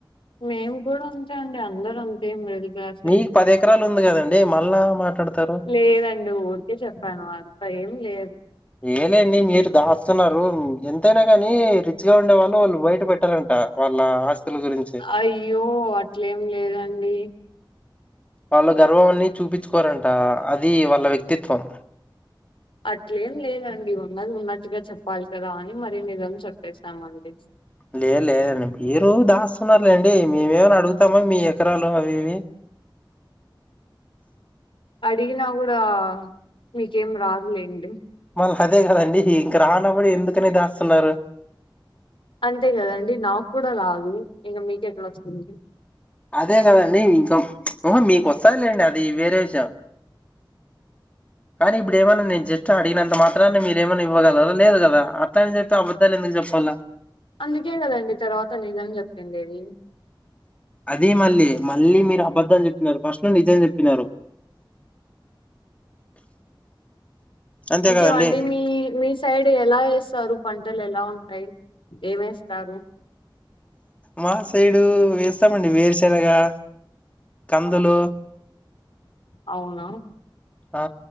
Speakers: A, on the left (about 85°); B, on the left (about 15°).
A: మేము కూడా అంతే అండి అందరు అంతే మరి లాస్ట్
B: మీకు
A: డే
B: పది ఎకరాలు ఉంది కదండి మళ్ళా మాట్లాడతారు
A: లేదండి ఊరు అందుకే చెప్పాను అంత ఏం లేదు
B: ఏలేండి మీరు దాస్తున్నారు ఎంతైనా కాని రిచ్ గా ఉండేవాళ్ళు వాళ్ళు బయట పె పెట్టారంట వాళ్ళ ఆస్తుల గురించి
A: అయ్యో అట్లేం లేదండి
B: వాళ్ళు గర్వంన్ని చూపించుకోరంట అది వాళ్ళ వ్యక్తిత్వం
A: అట్లేం లేదండి ఉన్నది ఉన్నట్టుగా చెప్పాలి కదా అని మరి నిజం చెప్పేస్తామండి
B: లే లేదండి మీరు దాస్తున్నారులేండి మేమేమని అడుగుతామ మీ ఎకరాలు అవి ఇవి
A: అడిగినా కూడా మీకేం రాదులేండి
B: మళ్ళీ అదే కదండి ఇంక రానప్పుడు ఎందుకని దాస్తున్నారు
A: అంతే కదండి నాకు కూడా రాదు ఇంక మీకెట్లా వస్తుంది
B: అదే కదండి ఇంకాహ మీకు వస్తాలేండి అది వేరే విషయం <inaudible> కానీ ఇప్పుడు ఏమైన్నా నేను జస్ట్ అడిగినంత మాత్రాన్ని మీరుమన్నా ఇవ్వగలరా లేదుదా అత్త అని చెప్పి అట్లు ఎందుకు చెప్పాలా
A: అందుకే కదండి తర్వాత నిజం చెప్పిండేది
B: అద మళ్ళీ మళ్ళీ మీరు అబద్ధం అని చెప్పినారు ఫస్ట్ లో నిజం చెప్పినారు అంతే
A: ఇంకేవండి
B: కదండి
A: మీ మీ సైడ్ ఎలా వేస్తారు పంటలు ఎలా ఉంటాయి ఏం వేస్తారు
B: మా సైడు వేస్తామండి వేరుశనగా కందులు
A: ఆహా అవునా
B: ఆ